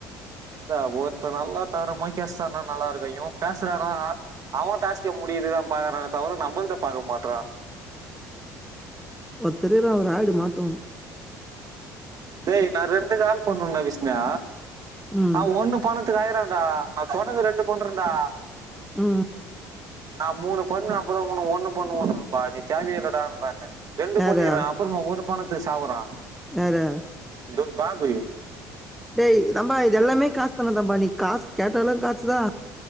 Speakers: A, on the right; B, in the centre.
A: இந்தா ஒருத்த நல்லா தரமா பேசுனானா நல்லா இருக்கு இவே பே சுறான்னா அவ டாஸ் க்க முடிக்கிறக்குதா பாக்கறானே தவிர நம்முள்த பாக்க மாட்றா
B: ஒர்த்த இருக்குறா ஒரு ஆடு மாட்டோனு
A: டேய் நா ரெண்டு கால் பண்ணண்டா விஷ்ணா
B: ம்
A: அவ ஒண்ணு பண்றது க்கு அழறாண்டா நா தொடர்ந்து ரெண்டு பண்றண்டா
B: ம்
A: நா மூணு பண்ணா அப்பதா ஒண்ணு ஒண்ணு பண்ணுவோன்றாம்ப்பா நீ தேவையே இல்லடான்றே ரெண்டு
B: யாரு
A: பண்ணிர்றே அப்புறமா ஒரு பணத்துக்கு சாவுறா
B: யாரு
A: இது பாபி
B: டேய் தம்பா இது எல்லாமே காசுதான தம்பா நீ காசு கேட்டாலு காசுதா